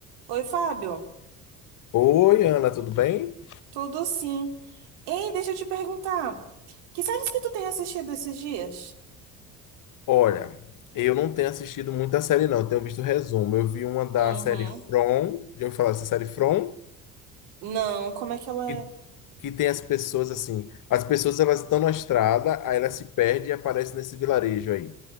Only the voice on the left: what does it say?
Oi, Ana, tudo bem?
Olha, eu não tenho assistido muita série, não. Eu tenho visto resumo. Eu vi uma da
série From, já ouviu falar dessa série From?
Que,
que tem as pessoas assim. As pessoas elas estão na estrada, aí elas se perdem e aparecem nesse vilarejo aí.